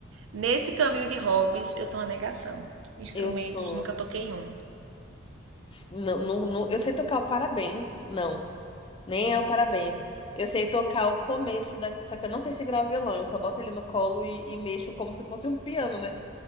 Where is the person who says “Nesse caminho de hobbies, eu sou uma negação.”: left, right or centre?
Right